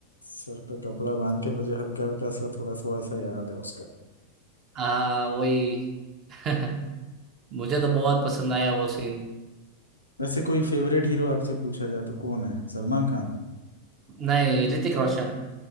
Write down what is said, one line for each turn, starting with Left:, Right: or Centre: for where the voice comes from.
Left: सर पे कपड़ा बांध के मुझे हल्का हल्का सा थोड़ा थोड़ा सा याद है उसका
Right: हाँ वही <laughs> मुझे तो बहुत पसंद आया वो सीन
Left: वैसे कोई फेवरेट हीरो आपसे पूछा जाए तो कौन है सलमान खान
Right: नहीं ऋतिक रोशन